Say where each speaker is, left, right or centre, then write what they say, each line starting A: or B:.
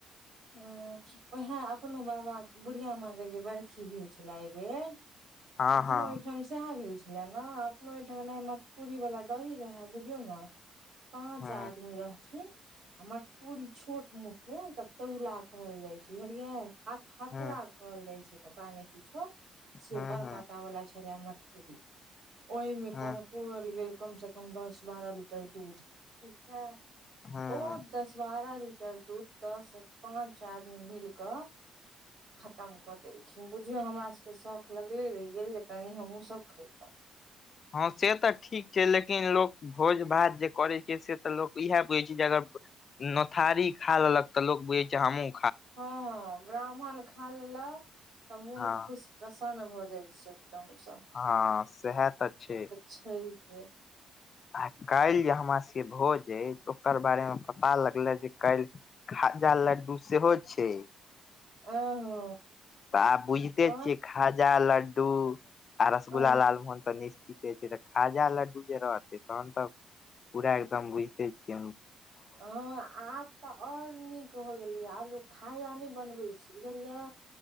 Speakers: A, on the right; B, on the left.
A: ह उएह अपनो बाबा बुढ़िया माँके जे बरखी भेल छलए एहिबेर तऽ
B: हँ
A: अपनो
B: हँ
A: ओहिठाम सएह भेल छले ने अपनो ओहिठाम ओनाहें मटकुरी वला दही रहै बुझियौ ने पाँच
B: हँ
A: आदमी रहथिन आ मटकुरी छोट मोटमे त तौला कहल जाइ छैय बुझलियै आ अथरा
B: हँ
A: कहल जाइ छैय पता नहि किछो से
B: हँ
A: बरका
B: हँ
A: टा बला छले मटकुरी। ओहिमे
B: हँ
A: पर पौरल गेल कमसँ कम दस बारह लीटर दूध ठीक छैय।
B: हँ
A: ओ दस बारह लीटर दूध पाँच आदमी मिल कऽ खतम कऽ देलखिन बुझियौ हमरा सभके शौख लगले रहि गेल जे कनि हमहूँसभ खेैतहुँ।
B: हँ से तऽ ठीक छैय लेकिन लोक भोज-भात जे करैत छैय से त लोक इएह बुझे छैय जे अगर नोथारी खा लेलक तऽ लोक बुझय छैय हमहुँ
A: हँ ब्राह्मण खा लेलक तऽ मोन
B: हँ
A: खुश प्रसन्न भऽ जाइ छैय एकदमसँ।
B: हँ सेहे त छैय।
A: छैहे
B: आ काल्हि जे हमरा से भोज अय ओकर बारेमे पता लगलै जे काल्हि खाजा-लड्डू सेहो छैय।
A: अहँ
B: तऽ आब बुझिते
A: और
B: छियै खाजा, लड्डू आ रसगुल्ला,
A: अ
B: लाल मोहन तऽ निश्चिते छैय तऽ खाजा, लड्डू जे रहते तहन तऽ पूरा एकदम बुझिते छियै हम
A: ह आब तऽ और नीक भ गेलै आब लोग खाजा नहि बनबे छैय बुझलियै